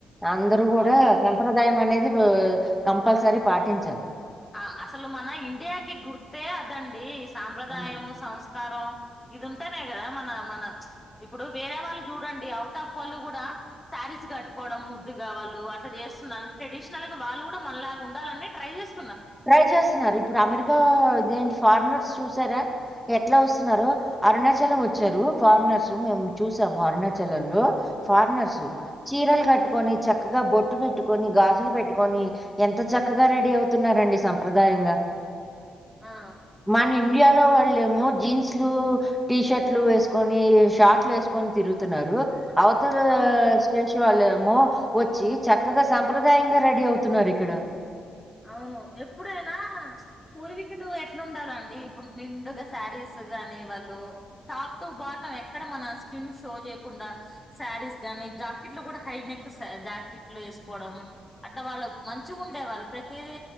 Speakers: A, in the centre; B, on the left (about 20°).
A: అందరుూ కూడా
B: ఓకే ఓకే
A: సంప్రదాయం అనేది బ్ కంపల్సరీ పాటించాలి
B: ఆ అసలు మన ఇండియాకి గుర్తే అదండి సాంప్రదాయము
A: హ్మ్.
B: సంస్కారం ఇది ఉంటానే కదా మన మన ఇప్పుడు వేరే వాళ్ళు చూడండి. అవుట్ ఆఫ్ వాళ్ళు కూడా శారీస్ కట్టుకోవడం ముద్దుగా వాళ్ళు అట్లా చేస్తున్నారు. ట్రెడిషనల్ గా వాళ్ళు కూడా మనలాగా ఉండాలని ట్రై చేస్తు
A: ట్రై చేస్తున్నారు ఇప్పుడు అమెరికా ఇదేంటి ఫారినర్ చూసారా ఎట్లా వస్తున్నారో అరుణాచలం వచ్చారు. ఫారినర్స్ మేము చూసాము అరుణాచలంలో ఫారినర్స్
B: ఆ
A: చీరలు కట్టు టుకని చక్కగా బొట్టు పెట్టుకొని, గాజులు పెట్టుకొని ఎంత చక్కగా రెడీ అవుతున్నారు. రండి సంప్రదాయంగా
B: ఆ
A: మన ఇండియా ఇంట్లో వాళ్లేమో జీన్సులు, టీ షర్ట్లు వేసుకొని షార్ట్లు వేసు ని తిరుగుతున్నారు అవతల
B: అవును
A: స్పేస్ వాళ్ళ ఏమో వచ్చి చక్కగా సంంప్రదాయంగా రెడీ అవుతున్నారు ఇక్కడ.
B: అవును ఎప్పుడైనా పూర్వీకులు ఎట్లా ఉండాలండి ఇప్పుడు నిండుగా శారీస్ గాని వాళ్ళు టాప్ టు బాటమ్ ఎక్కడ మన స్కీన్ షో చేయకుండా శారీస్ గానీ, జాకెట్లు కూడా హై నెక్ జాకెట్లు వేసుకోవడం. అంట వాళ్ళు మంచిగా ఉండేవాళ్ళు ప్రతి ఇది